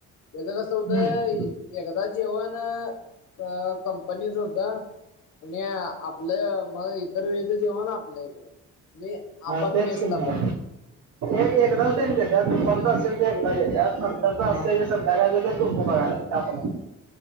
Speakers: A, on the left; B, on the right.
A: तेज कसं हुत इ
B: हम्म
A: येगदाच जेवण अ कंपनीच हुत कुणी आपलं म इतर वेळच जेवण आपल्या इकडं
B: हा
A: आपण
B: तेच
A: मेसला
B: की म.
A: बाहेर
B: एक एकदाच तेनी देत्यात दुपारचं असेल ते एकदा देत्यात नंतर असेल
A: हा
B: सम काय झालं तर तुम्ही बघाय लागतंय आम्ही नाइ.